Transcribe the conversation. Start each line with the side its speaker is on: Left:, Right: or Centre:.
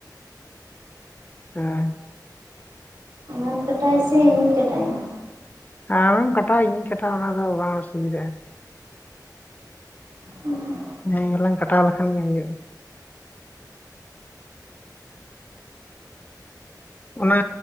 Left: ᱦᱮᱸ
Right: ᱟᱢ ᱠᱟᱴᱟᱣᱥᱮ ᱤᱧᱤᱧ ᱠᱟᱴᱟᱭᱟ ᱾
Left: ᱟᱢᱮᱢ ᱠᱟᱴᱣᱟᱼᱟ ᱤᱧᱤᱧ ᱠᱟᱴᱟᱜᱣᱟ ᱚᱱᱟ ᱫᱚ ᱵᱟᱝ ᱚᱥᱩᱵᱤᱫᱼᱟ ᱾
Right: ᱦᱩᱸ
Left: ᱡᱟᱦᱟᱸᱭ ᱜᱮᱞᱟᱝ ᱠᱟᱴᱟᱣ ᱞᱮᱠᱷᱟᱱ ᱜᱮ ᱦᱩᱭᱩᱜᱼᱟ ᱚᱱᱟ